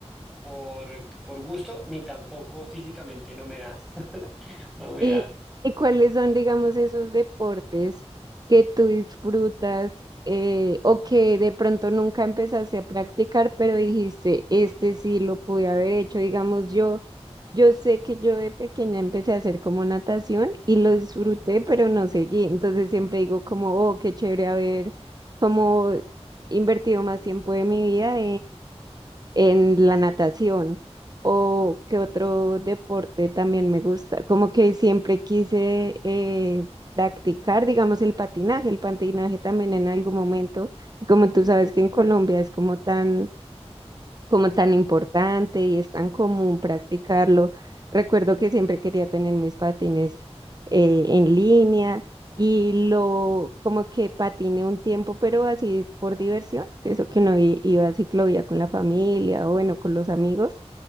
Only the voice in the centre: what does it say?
Por, por gusto, ni tampoco físicamente, no me da, <laughs> no me
da.